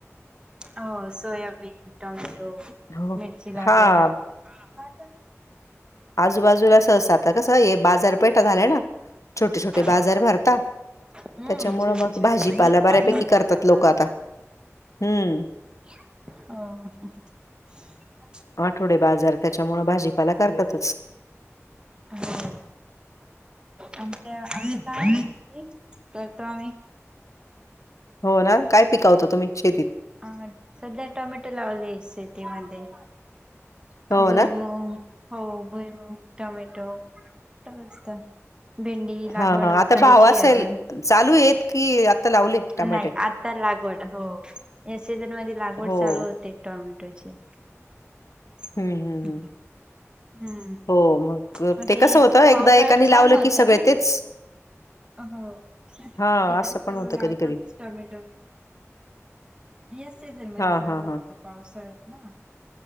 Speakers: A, on the right; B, on the left.
A: हो सोयाबीन टमॅटो
B: हो
A: मिरची लागवड
B: हा.
A: हा
B: आजूबाजूला सहसा आता कस हे बाजारपेठा झाल्या ना छोटे छोटे बाजार
A: हो
B: भरता
A: हम्म
B: त्याच्यामुळं
A: छोटे
B: मग
A: छोटे
B: भाजीपाला बऱ्यापैकी
A: आठवडे
B: करतात
A: बाजार
B: लोक आता हम्म
A: ह
B: आठवडे बाजार त्यांच्यामुळे भाजीपाला करतात
A: हो आमच्या आता आहे शेती करतो आम्ही
B: हो ना काय पिकवता तुम्ही शेतीत
A: आ सध्या टोमॅटो लावले शेतीमध्ये
B: हो
A: भुईमूग
B: ना?
A: हो भुईमूग टोमॅटो असंच असत भेंडी लागवड
B: हां, हां. आता
A: करायची
B: भाव असेल
A: आहे अजून
B: चालू आहेत की आता लावले टमाटे?
A: नाही आत तर लागवड हो या सीझन मध्ये लागवड
B: हो.
A: चालू होते टोमॅटोची हम्
B: हं, हं, हं.
A: हम हम्म
B: हो, अ,
A: मग ते
B: कसं होतं एकदा
A: पावसाळ्यात
B: एकाने लावलं
A: छान होतं
B: की सगळे
A: ना
B: तेच
A: हो
B: हां,
A: इथे
B: असं
A: सर्व
B: पण होतं
A: लावतात
B: कधी-कधी.
A: टोमॅटो या सीझन मध्ये
B: हां,
A: चांगलं
B: हां,
A: होतं
B: हां.
A: पावसाळ्यात ना